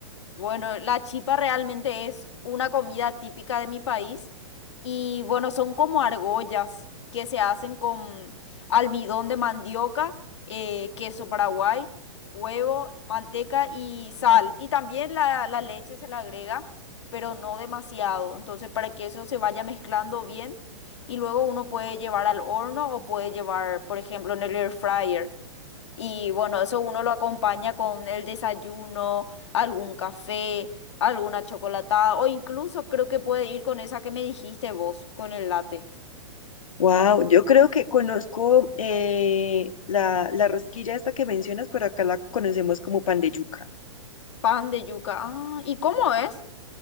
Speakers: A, on the left (about 60°); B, on the left (about 90°).
A: Bueno, la chipa realmente es una comida típica de mi país y bueno, son como argollas que se hacen con almidón de mandioca, eh, queso paraguay, huevo, manteca y sal. Y también la, la leche se le agrega, pero no demasiado. Entonces, para que eso se vaya mezclando bien y luego uno puede llevar al horno o puede llevar, por ejemplo, en el air fryer. Y bueno, eso uno lo acompaña con el desayuno, algún café, alguna chocolatada, o incluso creo que puede ir con esa que me dijiste vos, con el latte.
B: Wow, yo creo que conozco eh, la, la rosquilla esta que mencionas, pero acá la conocemos como pan de yuca.
A: Pan de yuca. Ah, ¿y cómo es?